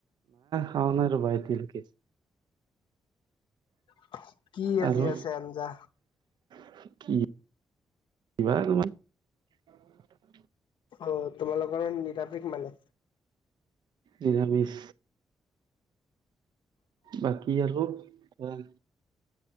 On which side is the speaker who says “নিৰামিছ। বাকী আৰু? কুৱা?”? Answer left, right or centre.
Right